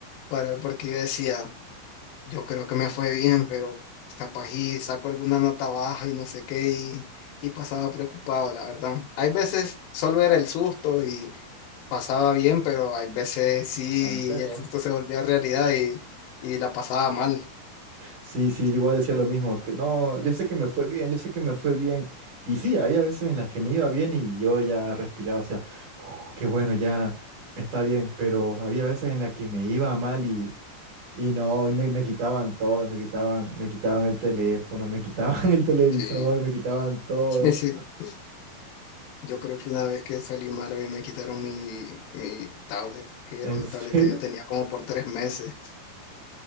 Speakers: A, on the left; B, on the right.
A: para, porque yo decía, yo creo que me fue bien, pero capaz y saco alguna nota baja y no sé qué, y, y pasaba preocupado, la verdad. Hay veces solo era el susto y pasaba bien, pero hay veces sí
B: Parece, ¿no?
A: el susto se volvía realidad y, y la pasaba mal.
B: Sí, sí, yo igual decía lo mismo, que no, yo sé que me fue bien, yo sé que me fue bien. Y sí, había veces en las que me iba bien y yo ya respiraba, decía, qué bueno, ya está bien, pero había veces en las que me iba mal y, y no, y me, me quitaban todo, me quitaban, me quitaban el teléfono, me quitaban <laughs> el televisor,
A: Sí,
B: me quitaban todo.
A: <laughs> sí. sí. Yo creo que una vez que salí mal, a mí me quitaron mi, mi tablet, que era
B: ¿En
A: una
B: serio?
A: tablet que yo tenía como por tres meses.